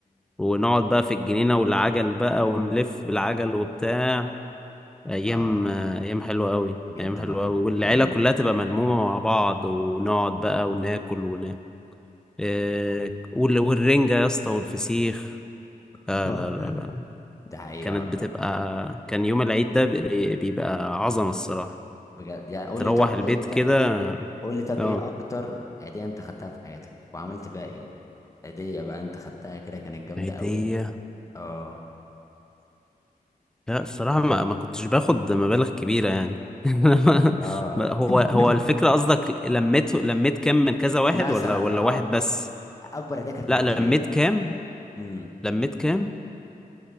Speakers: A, in the centre; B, on the left (about 20°).
A: ونقعد بقى في الجنينة والعجل بقى ونلف بالعجل وبتاع ايام
B: امم
A: ايام حلوة قوي
B: جدا
A: ايام حلوة
B: والله
A: قوي والعيلة
B: ايام
A: كلها تبقى ملمومة مع بعض ونقعد بقى وناكل وناكل إيه وال- والرنجة يا اسطى والفسيخ لا
B: <laughs>
A: لا لا لا
B: دي حقيقة
A: كانت
B: والله
A: بتبقى كان يوم العيد ده بيبقى عظمة الصراحة
B: بجد يعني قول
A: تروح
B: لي طب
A: البيت
B: إيه انت
A: كده
B: قول لي طب
A: اه
B: ايه اكتر هدية انت خدتها في حياتك وعملت بقى ايه هدية بقى انت خدتها كده كانت جامدة
A: هدية
B: قوي اه
A: لا الصراحة ما, ما كنتش باخد مبالغ كبيرة يعني <laughs>
B: اه
A: ما- هو
B: <laughs>
A: هو الفكرة قصدك لميت لميت كام من كذا واحد
B: مثلا
A: ولا ولا
B: اه
A: واحد بس
B: اكبر هدية كانت
A: لا
B: معاك
A: لميت
B: في العيد
A: كام
B: امم
A: لميت كام